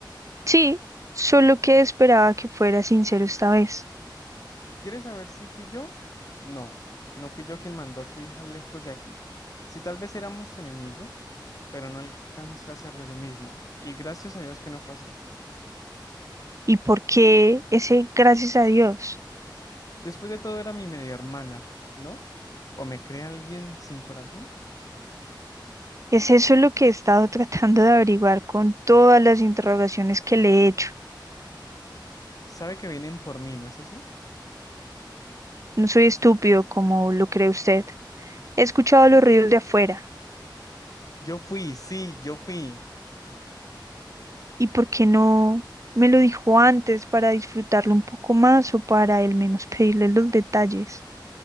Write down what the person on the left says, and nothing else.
¿Quieres saber si fui yo? No, no fui yo quien mandó a su hija lejos de aquí. Si tal vez éramos enemigos, pero no alcancé a hacerlo yo mismo. Y gracias a Dios que no fue así.
Después de todo era mi media hermana, ¿no? ¿O me cree alguien sin corazón?
Sabe que vienen por mí, ¿no es así?
Yo fui, sí, yo fui.